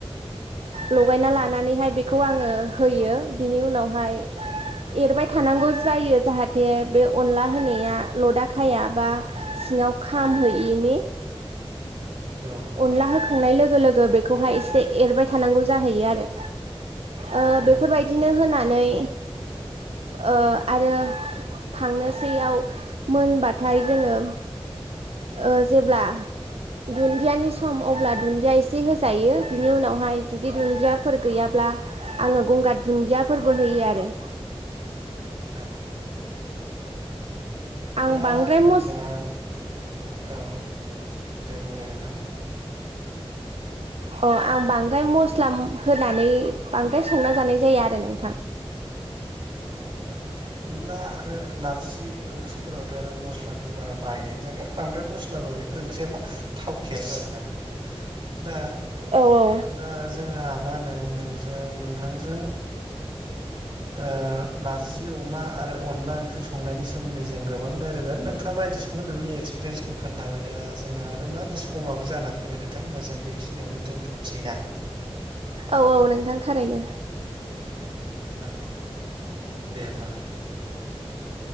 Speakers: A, on the right; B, on the right.
A: लगायना लानानैहाय बेखौ आङो होयो बिनि उनावहाय एरबाय थानांगौ जायो जाहाथे बे अनला होनाया लदा खाया बा सिङाव खामहोयिनि
B: औ
A: अनला होखांनाय
B: औ
A: लोगो लो गो बेखौहाय एसे एरबाय थानांगौ जाहैयो आरो ओ
B: औ
A: बेफोरबायदिनो होना नै ओ आरो खांनोसैयाव मोनबाथाय जोङो ओ जेब्ला दुन्दियानि सम अब्ला दु दिया एसे होस जायो बिनि उनावहाय जुदि दुन्दियाफोर गैयाब आङो गंगार दुन्दिया फोरबो होयो आरो
B: औ
A: आं
B: दा
A: बांद्राय
B: होनबा
A: मस
B: औ दे बुंलाय नोंथां
A: अ आं बांद्राय मस्ला होनानै बांद्राय संना जानाय जायो आरो नोंथां
B: औ दा अनला आरो नारजि ओंख्रिफोरावथ' आरो मस्लाखौ बारा बाहायनायानो जाखाया बांद्राय मस्लाबो बेफोर ओंख्रिया मा थावखायाबो आरोना दा
A: औ औ
B: दा जोंहा मा होनो नोंजों नोंथांजों ओ नारजि अमा आरो अनला ओंख्रि संनायनि सोमोन्दै जों गोबां रायलायगोन नोंथाङा माबायदि सङो नोंनि एक्सपिरियेन्सखौ खोन्थाबाय दा जोंहा आरो मा होनो समाबो जानानै फैबाय नोंथां होमबा जों बेखिनियावनो दोनथ'नोसैना
A: औ औ नोंथां थारैनो
B: औ दे होमबा